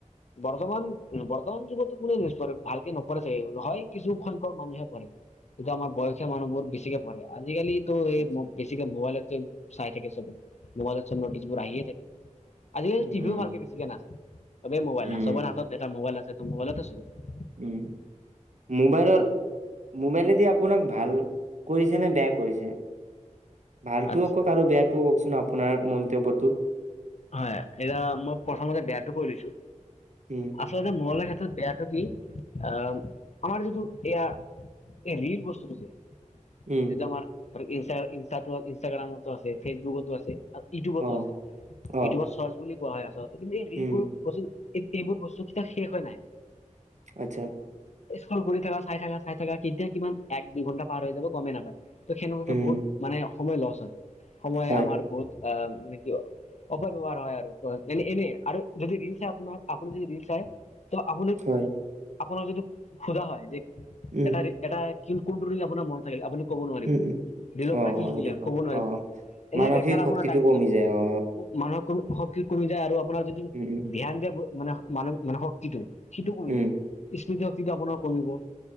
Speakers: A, on the left; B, on the right.
A: বৰ্তমান বৰ্তমান যুগতো কোনে নিৰে ভালকে নপৰে চাগ হয় কিছু সংখ্যক মানুহে পৰে। এটো আমাৰ বয়সীয়া মানুহবোৰ বেছিকে প়ঢে আজিকালি টো স
B: আচ্ছা।
A: বেছিকে মোবাইলতো চাই থাকে চবে মোবাইলত চব ন'টিছবোৰ আহিয়ে থাকে। আজিকালি
B: উম
A: টিভিও ভালকে বেছিকে নাচায়। চবে মোৱাইল
B: উম
A: চবৰ হাতত এটা মোৱাইল আছে মোৱাইল চাব
B: উম মোৱাইলৰ মোবাইলেদি আপোনাক ভাল কৰিছেনেে বেয়া কৰিছে ভালটোও
A: আচ্ছা
B: কওক আৰু বেয়াটোও কওকচোন আপোনাৰ মন্তব্যটো।
A: হয় এতিয়া মই প্ৰথমতে বেয়াটো কৈ লৈছো
B: উম
A: আচলতে মোৱাইলৰ ক্ষেত্ৰত বেয়াটো কি অ আমাৰ যিটো এয়া এই ৰি বস্তুটো যে
B: উম
A: এইটো আমাৰ <unintelligible> ইষ্টা ইষ্টা ইনষ্টটাগ্ৰামতো আছে ফেছবুকতো আছে আৰু ইউটউবতো
B: অ
A: আছে
B: অ
A: ইউটিউবত চাৰ্চ বুলি কোৱা হয় আচলতে, কিন্তু এই ৰিলোৰ
B: উম
A: বস্তু এইবোৰ বস্তু শেষ হয় নাই।
B: আচ্ছা
A: স্কুল ঘূৰি থাকা চাই থাকা চাই থাকা কেতিয়া কিমান এক দুই ঘণ্টা পাৰ হৈ যাব গমেই নাপায় ত সেনেকুৱাকে
B: উম
A: বহুত মানে সময় লছ হয় সময়
B: হয়
A: আমাৰ বহুত আহ মানে কি অপব্যৱহাৰ হয় আৰু মানে এনেই আৰু যদি ৰি'ল আপোনাৰ আপুনি যদি ৰি'ল চাই ত আপুনি
B: হয়
A: আপোনাৰ যদি সুধা হয় যে
B: উম
A: এটা এটা কিন্তু কোনটো ৰিলে আপোনাৰ মনত থাকিল আপুনি ক'ব নোৱাৰিব
B: উম উম
A: ৰি'লৰ
B: অ
A: পৰা কি শিকিলে
B: সেইটো হয়
A: ক'ব নোৱাৰিব
B: অ
A: এনে
B: মানসিক
A: বেকাৰ
B: শক্তিটো
A: আপোনাৰ টাইমটো
B: কমি
A: যাব।
B: যায় অ
A: মানুহৰ ক শক্তি কমি যায় আৰু আপোনাৰ যিটো
B: উম উম
A: ধ্যান দিয়ে মানে মানুহ মানে শক্তিটো সিটো কমি
B: উম
A: যায় স্মৃতি শক্তিটো আপোনাৰ কমিব আহ